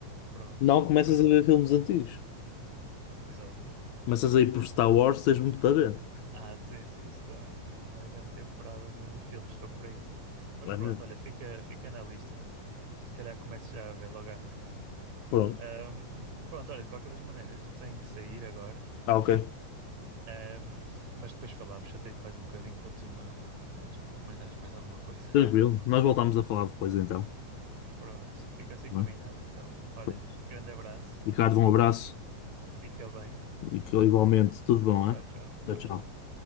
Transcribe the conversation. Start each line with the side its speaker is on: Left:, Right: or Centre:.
Right: Pronto.
Left: Não começas
Right: Põe-
Left: a ver filmes antigos,
Right: Exato.
Left: começas a ir por Star Wars, tens muito para ver.
Right: Ah, sim, sim, isso também tem uma grande temporada de, de filmes, se for por aí. Mas
Left: É
Right: pronto,
Left: mesmo.
Right: olha, fica, fica na lista. Se calhar começo já a ver logo à noite.
Left: Pronto,
Right: Ahm, pronto, olha, de qualquer das maneiras, eu tenho de sair agora.
Left: ah, ok,
Right: Ahm, mas depois falamos, chatei-te mais um bocadinho para tu me, para tu me recomendares mais alguma coisa.
Left: tranquilo. Nós voltamos a falar depois então.
Right: Pronto, fica assim
Left: Tá
Right: combinado então. Olha,
Left: bem?
Right: grande abraço,
Left: Ricardo, um abraço
Right: fica bem.
Left: e que igualmente tudo bom,
Right: Tchau,
Left: hein?
Right: tchau, tchau,
Left: Tchau, tchau.
Right: tchau.